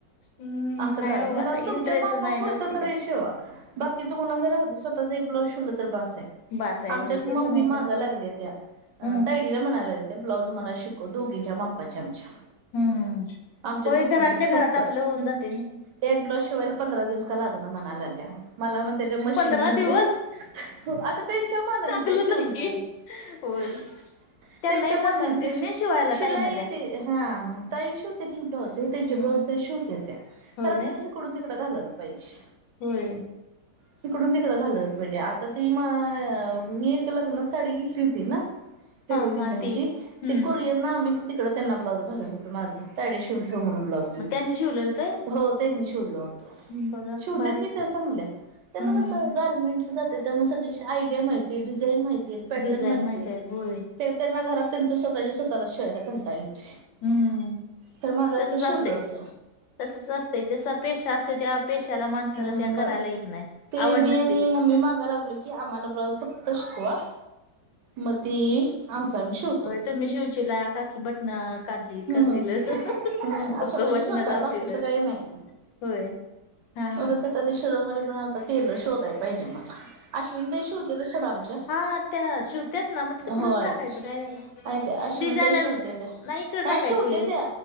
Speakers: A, on the left (about 85°); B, on the right (about 75°).
A: हम्म
B: असं
A: नाही
B: करा
A: बाबा
B: निदान
A: आता इंटरेस्ट
B: तुमच्या मापा
A: नाही
B: पुरतं
A: जास्त काय
B: तरी शिवा बाकीच कोणाच राहू दे स्वताच एक ब्लाऊज शिवलं तर बस आहे.
A: बास आहे
B: आमच्यात
A: होय
B: मम्मी
A: ते पण आहे
B: मागाय
A: खरं
B: लागले त्या अ
A: हम्म
B: तरी तीला म्हनाल ते ब्लाउज मला शिकव दोघींच्या मापाच्या आमच्या
A: हम्म हम्म
B: आमच्या
A: होय
B: दोघींचेच
A: घरातल्या घरात
B: फक्त
A: आपलं होऊन जाते न
B: एक ब्लाउज शिवायला पंधरा दिवस का लागणा म्हणाय लागल्या मला म्हणत्या ते मशीन
A: पंधरा
B: घेऊन
A: दिवस
B: दे आता त्यांच्या मनान
A: चांगलंच
B: ते शिवणार
A: आहे की
B: ह
A: होय त्यांना
B: त्यांच्या
A: येत
B: मनात
A: असतील
B: ते
A: ना शिवायला
B: शिलाई
A: ताईंना
B: येते
A: त्या
B: हा ताई शिवते ती ब्लाउज त्यांचे
A: हम्म
B: ब्लाउज तेच शिवत्यात
A: होय
B: करा
A: ना
B: ते इकडून तिकडं घालायला पाहिजे.
A: होय.
B: <unintelligible> ईकडून तिकडं घाललं पाहिजे आता ती म मी एक लग्नात साडी घेतली होती ना हेवी
A: हा
B: डिझाईनची
A: हा ती हम्म
B: ते कुरियरन आम्ही तिकड त्यांना ब्लाऊज घालल होत माझं त्यांनि शिवून ठेव म्हणून ब्लाउज तिच
A: मग त्यांनी शिवलेलं ते
B: हो त्यांनी शिवल होत
A: बघा
B: शिवत्यात
A: भारीच
B: ना त्या चांगल्या त्यांना
A: हम्म
B: कसं गारर्मेंट ला जात्यात त्यामुळे सगळी आयडिया माहिती डिझाईन माहिती ते पॅटर्न
A: डिझाईन
B: माहिती
A: माहित
B: हे
A: आहे होय
B: ते त्यांना घरात त्यांच स्वतःच्या स्वतःला शिवायचा कंटाळा येते.
A: हम्म
B: त मला
A: तसच
B: पण शिवल
A: असतंयच
B: होत.
A: तसच असते जसा पेशा असतो त्या पेशाला माणसाला
B: हम्म
A: त्या
B: मग
A: करायला येत नाही.
B: ते
A: आवड
B: मी
A: नसते
B: आणि मम्मी मागाय लागलो. की आम्हाला ब्लाउज फक्त शिकवा मग ते आमचा आम्ही शिऊ.
A: हो तुम्ही शिवचीला काकी बटणार. काजी
B: हम्म
A: करतील ह्ह ह ह
B: हम्म
A: हुक
B: स्वतःची
A: बटण
B: स्वतः
A: लावतील
B: बाकीचं
A: होय.
B: काही नाही
A: हा हा.
B: तस ते शोध मला शोधाय पाहिजे मला. अश्विनी ताई शिवते देशी आमच्या
A: हा त्या शिवत्यात ना मग ते तिकडच
B: होय.
A: टाकायचं काय झालं
B: नाही ते अश्विन
A: डिझायनर
B: ताई शिवते ते.
A: इकडे
B: नाही
A: टाकायची
B: शिवते त्या